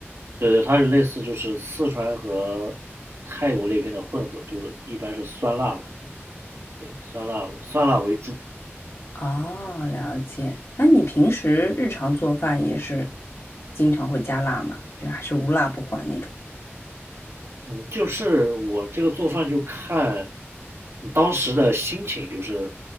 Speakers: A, on the right; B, on the left.
A: 对对，它是类似就是四川和泰国那边的混合，就是一般是酸辣嘛，对，酸辣酸辣为主。
B: 哦，了解。那你平时日常做饭也是经常会加辣吗？就还是无辣不欢那种？
A: 嗯，就是我这个做饭就看嗯当时的心情，就是